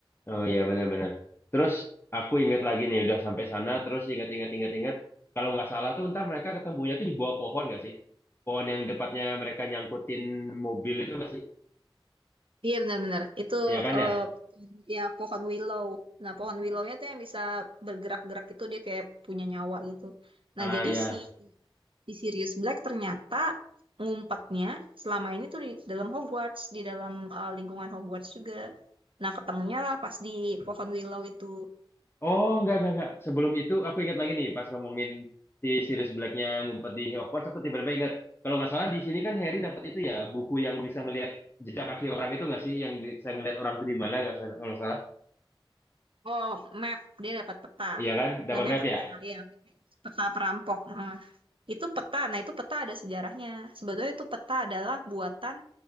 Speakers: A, on the left; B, on the right.
A: Oh iya benar-benar. Terus aku ingat lagi nih udah sampai sana terus ingat-ingat ingat-ingat kalau nggak salah tuh ntar mereka ketemunya tuh di bawah pohon nggak sih? Pohon yang depannya mereka nyangkutin mobil itu nggak sih?
B: Iya benar-benar itu
A: Iya kan
B: eh,
A: ya?
B: ya pohon willow. Nah pohon willownya tuh yang bisa bergerak-gerak itu dia kayak punya nyawa gitu. Nah
A: Ah
B: jadi
A: ya.
B: si si Sirius Black ternyata ngumpetnya selama ini tuh di dalam Hogwarts, di dalam eh, lingkungan Hogwarts juga. Nah ketemunya lah pas di pohon willow itu.
A: Oh nggak nggak nggak. Sebelum itu aku ingat lagi nih pas ngomongin si Sirius Blacknya ngumpet di Hogwarts aku tiba-tiba ingat kalau nggak salah di sini kan Harry dapat itu ya buku yang bisa ngelihat jejak kaki orang itu nggak sih? Yang bisa ngelihat orang itu di mana nggak salah- kalau nggak salah?
B: Oh, map. Dia dapat peta.
A: Iya kan? Dapat
B: Namanya
A: map
B: map,
A: ya?
B: ya, peta perampok. Nah, itu peta. Nah, itu peta ada sejarahnya. Sebetulnya itu peta adalah buatan